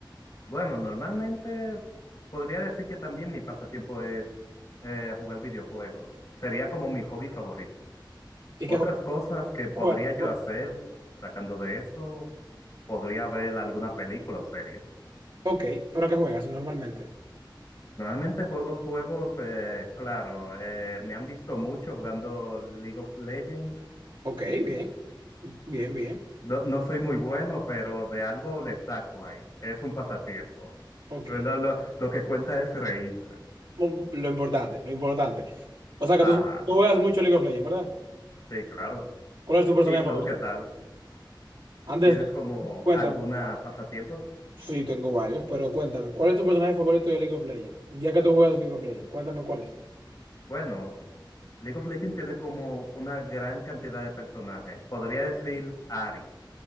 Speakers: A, on the left; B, on the right.
A: Bueno, normalmente podría decir que también mi pasatiempo es eh, jugar videojuegos. Sería como mi hobby favorito.
B: ¿Y
A: Otras
B: qué juegas?
A: cosas que podría
B: ¿Qué juegas? ¿Qué juegas?
A: yo hacer sacando de eso, podría ver alguna película o serie.
B: Ok, ¿pero qué juegas normalmente?
A: Normalmente juegos, juegos, eh, claro, eh, me han visto mucho jugando League of Legends.
B: Ok, bien, bien, bien.
A: No, no soy muy bueno, pero de algo le saco ahí. Es un pasatiempo.
B: Ok.
A: Lo, lo- lo que cuenta es reírse.
B: Mm, Lo importante, lo importante. O sea que
A: Ajá.
B: tú, tú juegas mucho League of Legends, ¿verdad?
A: Sí, claro.
B: ¿Cuál es tu personaje
A: ¿Y
B: favorito?
A: tú qué tal?
B: Antes,
A: ¿Tienes
B: de-
A: como
B: cuéntame.
A: alguna pasatiempo?
B: Sí, tengo varios, pero cuéntame. ¿Cuál es tu personaje favorito de League of Legends? Ya que tú juegas League of Legends, cuéntame cuál es.
A: Bueno, League of Legends tiene como una gran cantidad de personajes. Podría decir Ari.